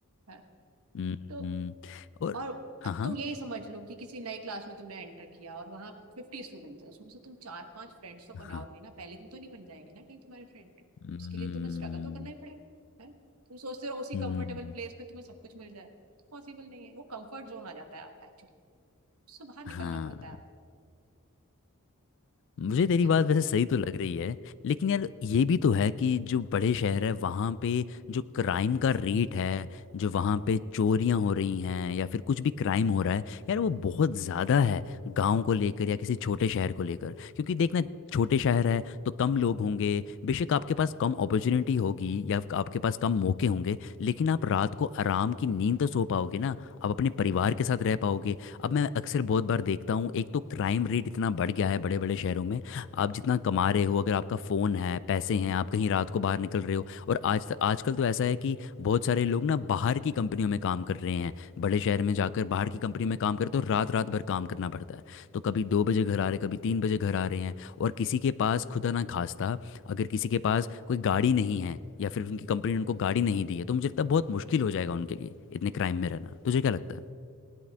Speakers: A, on the right; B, on the left.
A: हाँ,
B: हम्म,
A: तो
B: और
A: और
B: हाँ
A: अब
B: हाँ
A: तुम यही समझ लो कि किसी नई क्लास में तुमने एंटर किया और वहां फिफ्टी स्टूडेंट्स हैं उसमें से तुम चार पांच फ्रेंड्स तो
B: हाँ
A: बनाओगे ना पहले दिन तो नहीं बन जाएंगे ना कहीं तुम्हारे फ्रेंड
B: हम्म
A: उसके लिए तुम्हें स्ट्रगल तो करना ही पड़ेगा है तुम सोचते हो उसी
B: हम्म,
A: कंफर्टेबल प्लेस पे तुम्हें सब कुछ मिल जाए पॉसिबल नहीं है वो कंफर्ट जोन आ जाता है आपका एक्चुअली उससे बाहर निकलना
B: हाँ
A: पड़ता है आपको
B: मुझे तेरी
A: ठीक है
B: बात
A: ना
B: वैसे सही तो लग रही है लेकिन यार ये भी तो है कि जो बड़े शहर है वहाँ पे जो क्राइम का रेट है जो वहाँ पे चोरियाँ हो रही हैं या फिर कुछ भी क्राइम हो रहा है यार वो बहुत ज़्यादा है गांव को लेकर या किसी छोटे शहर को लेकर क्योंकि देखना छोटे शहर है तो कम लोग होंगे बेशक आपके पास कम अपॉर्चुनिटी होगी या फिर आपके पास कम मौके होंगे लेकिन आप रात को आराम की नींद तो सो पाओगे ना आप अपने परिवार के साथ रह पाओगे अब मैं अक्सर बहुत बार देखता हूँ एक तो क्राइम रेट इतना बढ़ गया है बड़े बड़े शहरों में आप जितना कमा रहे हो अगर आपका फ़ोन है पैसे हैं आप कहीं रात को बाहर निकल रहे हो और आज तक आजकल तो ऐसा है कि बहुत सारे लोग ना बाहर की कंपनियों में काम कर रहे हैं बड़े शहर में जाकर बाहर की कंपनी में काम करते हो रात रात भर काम करना पड़ता है तो कभी दो बजे घर आ रहे कभी तीन बजे घर आ रहे हैं और किसी के पास खुदा ना खास्ता अगर किसी के पास कोई गाड़ी नहीं है या फिर उनकी कंपनी ने उनको गाड़ी नहीं दी है तो मुझे लगता है बहुत मुश्किल हो जाएगा उनके लिए इतने क्राइम में रहना तुझे क्या लगता है